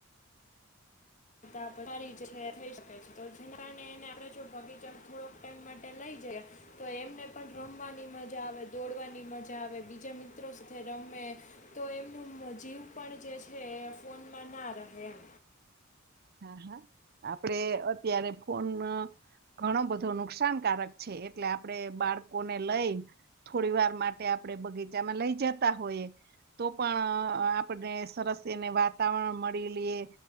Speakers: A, on the left; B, on the right.
A: થઈ શ છે તો જેના કારણેને આપ જો બગીચા થોડો ટાઈમ માટે લઈ જયા તો એમને પણ રમવાની મજા આવે દોડવાની મજા આવે બીજા મ મિતો સાથે રમે તો એમનું જીવ પણ જે છે એ ફોનમાં ના રહે એમ
B: હા હા આપડે અત્યારે ફોન ઘણો બધો નુકસાનકારક છે એટલે આપડે બાળકોને લઈ થોડી વાર માટે આપણેે બગીચામાં લઈ જતા હોઈએ તો પણ આપને સરસ એને વાતાવરણ મળી લઈએ